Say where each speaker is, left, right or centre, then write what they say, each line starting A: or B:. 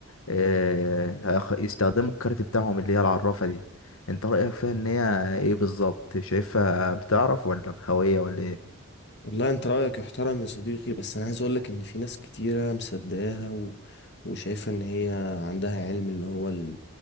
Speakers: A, on the left (about 80°); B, on the left (about 55°).
A: آه هيخ- يستخدموا الكارت بتاعهم اللي هي العرافة دي انت رأيك فيها ان هي ايه بالظبط شايفها بتعرف ولا بخوية ولا ايه
B: والله انت رأيك يحترم يا صديقي بس انا عايز اقولك ان في ناس كتيرة مصدقاها و... وشايفة ان هي عندها علم اللي هو ال...